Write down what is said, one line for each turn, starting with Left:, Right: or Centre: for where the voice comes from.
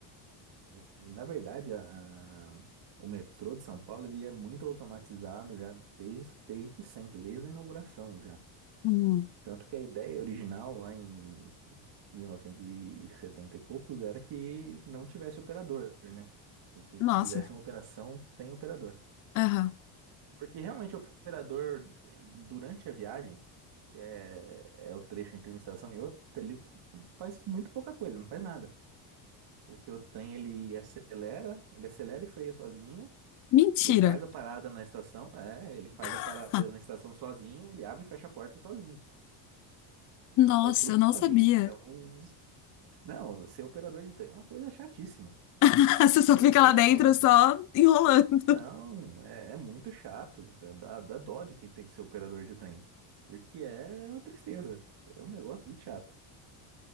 Right: Na verdade, a- a- o metrô de São Paulo ele é muito automatizado já desde, desde sempre, desde a inauguração já.
Left: hum,
Right: Tanto que a ideia original lá em 1970 e setenta e poucos era que não tivesse operador, né? Que Se a
Left: nossa,
Right: gente fizesse uma operação sem operador.
Left: aham,
Right: Porque realmente o operador, durante a viagem, que é, é o trecho entre uma estação e outra, ele faz muito pouca coisa, não faz nada. Porque o trem ele acelera, ele acelera e freia sozinho,
Left: Mentira.
Right: e ele faz a parada na estação, é, ele faz a parada
Left: <laughs>
Right: na estação sozinho, ele abre e fecha a porta sozinho.
Left: Nossa,
Right: Ele faz tudo
Left: eu não
Right: sozinho.
Left: sabia.
Right: Então, não, ser operador de trem é uma coisa chatíssima.
Left: <laughs> Você só fica
Right: Eu não tenho
Left: lá dentro,
Right: noção,
Left: só enrolando.
Right: Não, é, é muito chato. Dá, dá, dá dó de quem tem que ser operador de trem. Porque é uma tristeza. É um negócio muito chato.